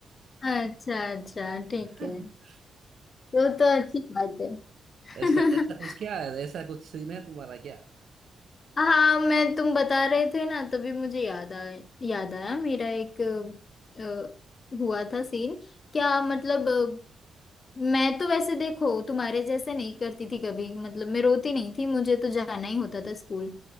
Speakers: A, on the left (about 45°); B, on the right (about 65°).
A: अच्छा अच्छा ठीक
B: <laughs>
A: है वो तो अच्छी बात है <laughs>
B: ऐसा ऐसा कुछ क्या है ऐसा कुछ सीन है तुम्हारा क्या
A: हाँ मैं तुम बता रहे थे ना तभी मुझे याद आया याद आया मेरा एक अ, हुआ था सीन क्या मतलब अ, मैं तो वैसे देखो तुम्हारे जैसे नहीं करती थी कभी मतलब मैं रोती नहीं थी मुझे तो जाना ही होता था स्कूल